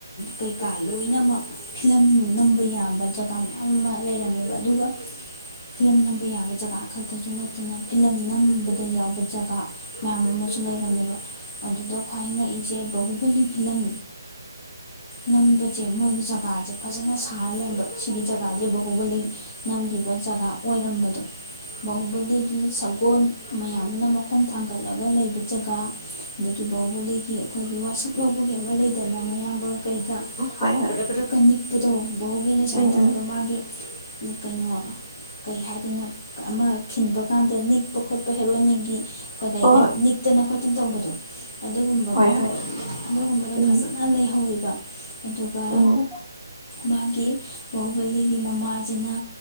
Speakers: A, on the left; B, on the left.
A: ꯀꯩꯀꯥ ꯂꯣꯏꯅꯃꯛ ꯐꯤꯂꯝ ꯅꯝꯕ ꯌꯥꯕ ꯖꯒꯥ ꯃꯌꯥꯝ ꯑꯃ ꯂꯩꯔꯝꯃꯦꯕ ꯑꯗꯨꯒ ꯐꯤꯂꯝ ꯅꯝꯕ ꯌꯥꯕ ꯖꯒꯥ ꯈꯛꯇꯁꯨ ꯅꯠꯇꯅ ꯐꯤꯂꯝ ꯅꯝꯕꯗ ꯌꯥꯎꯕ ꯖꯒꯥ ꯃꯌꯥꯝ ꯁꯨ ꯂꯩꯔꯝꯃꯦꯕ ꯑꯗꯨꯗ ꯈ꯭ꯋꯥꯏ ꯉꯛꯏꯁꯦ ꯕꯥꯥꯍꯨꯕꯂꯤ ꯐꯤꯂꯝ ꯅꯝꯕꯁꯦ ꯃꯣꯏꯒꯤ ꯖꯒꯥꯁꯦ ꯐꯖꯅ ꯁꯥꯔ ꯂꯩꯕ ꯁꯤꯒꯤ ꯖꯒꯥꯁꯦ ꯕꯥꯥꯍꯨꯕꯂꯤ ꯅꯝꯈꯤꯕ ꯖꯒꯥ ꯑꯣꯏꯔꯝꯕꯗꯣ ꯕꯥꯥꯍꯨꯕꯂꯤꯒꯤ ꯁꯒꯣꯜ ꯃꯌꯥꯝꯅ ꯃꯈꯣꯡ ꯊꯥꯡꯒꯠꯂꯒ ꯂꯩꯕ ꯖꯒꯥ ꯑꯗꯒꯤ ꯕꯥꯎꯍꯨꯕꯦꯂꯤꯒꯤ ꯑꯩꯈꯣꯏꯒꯤ ꯋꯥꯁꯛ ꯂꯧꯕꯒꯤ ꯑꯃ ꯂꯩꯗꯅ ꯃꯌꯥꯝꯕ ꯀꯩꯀ
B: ꯍꯣꯏ ꯍꯣꯏ
A: ꯒꯗ꯭ꯔ ꯒꯗ꯭ꯔꯀ ꯅꯤꯛꯄ ꯕꯣꯕꯤꯅ ꯁꯨꯃꯥꯏꯅ
B: ꯎꯝ
A: ꯇꯧꯔꯒ
B: ꯎꯝ
A: ꯃꯥꯒꯤ ꯅꯨ ꯀ ꯉꯣ ꯀꯩ ꯍꯥꯏꯗꯅ ꯑꯃ ꯈꯤꯟꯕ ꯀꯥꯟꯗ ꯅꯤꯛꯄ ꯈꯣꯠꯄ ꯍꯦꯔꯣꯏꯒꯤ ꯀ ꯀꯩꯒ
B: ꯍꯣꯏ
A: ꯅꯤꯛ ꯍꯠꯇꯅ ꯈꯣꯠꯇꯅ ꯇꯧꯕꯗꯣ ꯑꯗꯨꯒꯨꯝꯕꯒꯗꯣ
B: ꯍꯣꯏ
A: ꯑꯗꯨꯒꯨꯝꯕꯗꯣ
B: ꯎꯝ
A: ꯐꯖꯅ ꯂꯩꯍꯧꯋꯕ ꯑꯗꯨꯒ
B: ꯎꯝ
A: ꯃꯥꯒꯤ ꯕꯥꯕꯂꯤꯒꯤ ꯃꯃꯥꯁꯤꯅ